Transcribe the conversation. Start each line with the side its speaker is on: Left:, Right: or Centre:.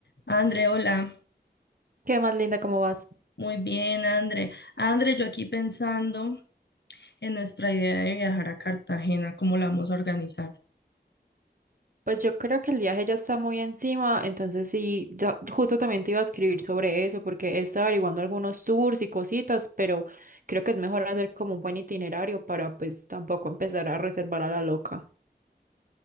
Left: André, hola.
Right: ¿Qué más, Linda? ¿Cómo vas?
Left: Muy bien, André. André, yo aquí pensando en nuestra idea de viajar a Cartagena, cómo la vamos a organizar.
Right: Pues yo creo que el viaje ya está muy encima, entonces sí, ya justo también te iba a escribir sobre eso, porque he estado averiguando algunos tours y cositas, pero creo que es mejor hacer como un buen itinerario para pues tampoco empezar a reservar a la loca.